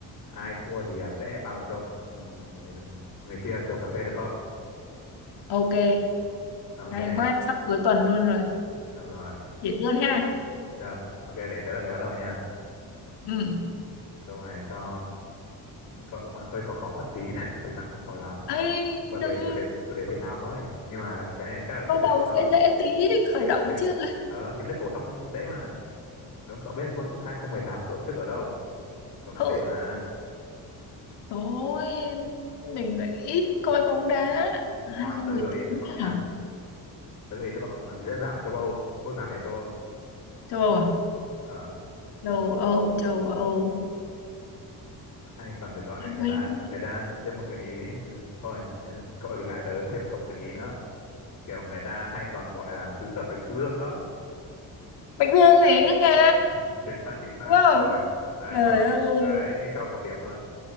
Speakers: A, on the left; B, on the left.
A: ai thua thì à, sẽ bao cho một ừ, người, người kia chầu cà phê được không?
B: Ok.
A: Ok,
B: Hay quá, sắp cuối tuần luôn rồi.
A: được rồi.
B: Dễ luôn ha.
A: Được. Ok, để tớ là người bắt đầu nha.
B: Ừ.
A: Câu này cho cậu cũng hơi khó khó một tí này, thực ra cũng không khó lắm.
B: Ê,
A: Bởi về
B: đừng
A: chủ đề chủ đề thể thao thôi. Nhưng mà cái này chắc là
B: câu
A: kiến thức
B: đầu
A: phổ thông,
B: sẽ dễ tí khởi
A: kiến
B: động
A: kiến
B: chứ.
A: ờ, kiến thức phổ thông dễ mà. Đúng, cậu biết World Cup 2018 tổ chức ở đâu? Câu này
B: Hự.
A: dễ mà.
B: Thôi, mình lại ít coi bóng đá. 2018
A: Thôi, tớ gợi ý cho cậu nhá.
B: hả?
A: tớ gợi ý cho cậu còn dễ dàng ở châu Âu quốc gia này ở châu Âu
B: Châu Âu à?
A: ờ
B: Châu Âu, châu Âu.
A: hay còn được gọi
B: Quên.
A: người ta người ta thêm một gợi ý thôi cậu là con gái tớ thêm cậu gợi ý nữa kiểu người ta hay còn gọi là xứ sở bánh dương đó
B: Bạch Dương gì nữa nghe
A: <laughs> chính xác chính xác
B: Đúng không?
A: rồi đấy
B: Trời
A: cho cậu
B: ơi.
A: đấy như cho cậu điểm luôn